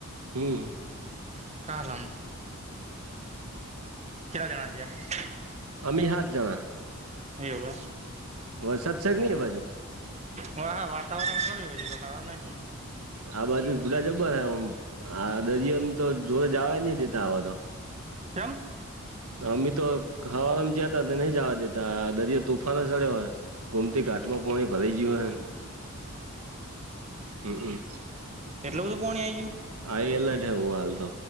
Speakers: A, on the right (about 85°); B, on the right (about 30°).
A: હમ્મ
B: <unintelligible> કેટલા જણા જયા
A: અમી હા જના
B: એવુ
A: વરસાદ સે કનઈ એ બાજુ
B: હા હા વાતાવરણ <unintelligible> હારુ નહીં
A: આ બાજુ બુટા જબર હમ આ દરિયોને તો જોર જવા નહી દેતા આવા તો
B: ચમ
A: અમી તો હવામાં જતા નહી જવા દેતા દરિયો તોફાને ચડયો હે ગોમતી ઘાટમાં પોણી ભરા ગયું હો હમ્મ હમ્મ
B: એટ બધું પોણી આઈ ગ્યુ.
A: હાઈ એલર્ટ હે એવું હાલ તો